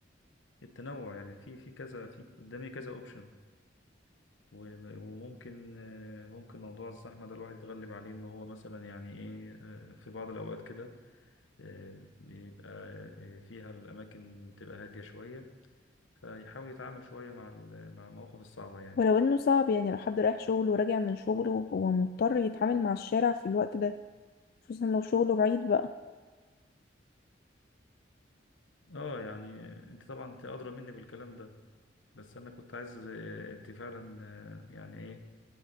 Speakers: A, on the left; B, on the left.
A: التنوع يعني في في كذا في قدامي كذا أوبشن وممكن ممكن موضوع الزحمة ده الواحد يتغلب عليه إن هو مثلا يعني إيه آه، في بعض الأوقات كده آه، بيبقى آه، فيها الأماكن تبقى هادية شوية فيحاول يتعامل شوية مع ال- مع المواقف الصعبة يعني
B: ولو إنه صعب يعني لو حد رايح شغل وراجع من شغله هو مضطر يتعامل مع الشارع في الوقت ده خصوصا لو شغله بعيد بقى
A: آه يعني أنت طبعا أنت أدرى مني بالكلام ده بس أنا كنت عايز آه، أنت فعلا آه، يعني إيه